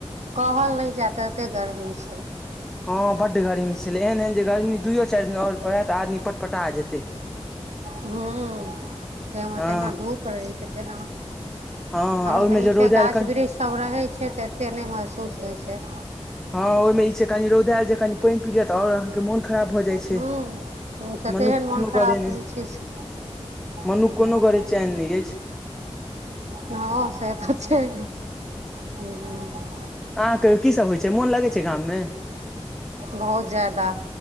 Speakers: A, on the right; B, in the centre.
A: कहल नहि जेए तते गर्मी छैय।
B: हँ बड्ड गर्मी छलै एहन- एहन जे गर्मी दुइयो चारि दिन आओर पड़ए तऽआदमी पटपटा जेतै।
A: हूँ तैमऽ
B: हँ
A: तहिना धूप रहै छै तहिना
B: हँ
A: तहन
B: आ ओहिमे
A: तऽ ई
B: जे
A: छैय
B: रौद
A: गाछ
B: आयल कनि
A: वृक्ष सभ रहै छैय तऽ एतेक नहि महसूस होइ छैय।
B: हँ ओहिमे ई छैय कनी रौदायल जे कनि पानि पी लिय तऽ आओर। मोन खराब भऽ जाइ छैय,
A: हूँ से
B: मनुख
A: तेहन मोन
B: कोनो
A: खराब
B: गऽरे नहि।
A: होइ छै से
B: मनुख
A: हूँ
B: कोनो गऽरे चैन नहि अछि।
A: हँ से तऽ छैय हूँ।
B: अहाँ कहियौ की सब होइ छैय मोन लगै छैय गाममे।
A: बहुत ज्यादा।